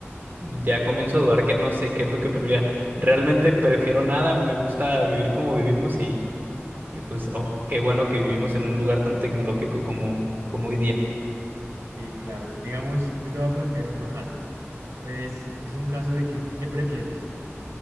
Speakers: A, on the right; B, on the right.
A: ya comienzo a dudar que no sé qué es lo que preferiría. Realmente prefiero nada, me gusta vivir como vivimos y pues, oh, qué bueno que vivimos en un lugar tan tecnológico como, como hoy día.
B: Y claro, digamos, yo te voy a plantear otro caso. Pues es un caso de que, ¿qué prefieres?